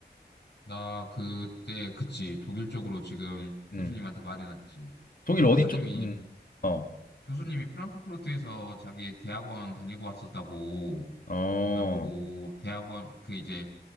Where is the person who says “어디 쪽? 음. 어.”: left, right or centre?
Left